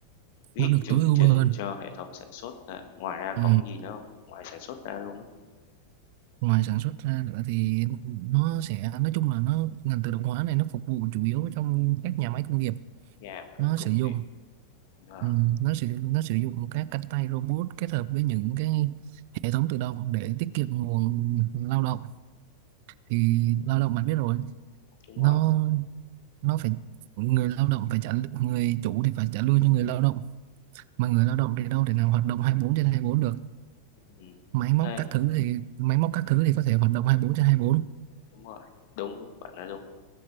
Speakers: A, on the left; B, on the right.
A: viết
B: nó được
A: chương
B: tối ưu
A: trình
B: hơn
A: cho hệ thống sản xuất à Ngoài ra
B: Ừ.
A: còn cái gì nữa không Ngoài sản xuất ra luôn á,
B: Ngoài sản xuất ra nữa thì nó sẽ nói chung là nó ngành tự động hóa này nó phục vụ chủ yếu trong các nhà máy công nghiệp
A: nhà máy
B: nó
A: công
B: sử dụng
A: nghiệp, ờ,
B: ừ, nó sử nó sử dụng các cánh tay robot kết hợp với những cái hệ thống tự động để tiết kiệm nguồn lao động thì lao động bạn biết rồi
A: đúng
B: nó
A: rồi,
B: nó phải người lao động phải trả người chủ thì phải trả lương cho người lao động mà người lao động thì đâu thể nào hoạt động hai mươi bốn trên hai mươi bốn được
A: ừm,
B: máy móc
A: thế
B: các thứ thì máy móc các thứ thì có thể hoạt động hai mươi bốn trên hai mươi bốn
A: đúng rồi, đúng, đúng, bạn nói đúng.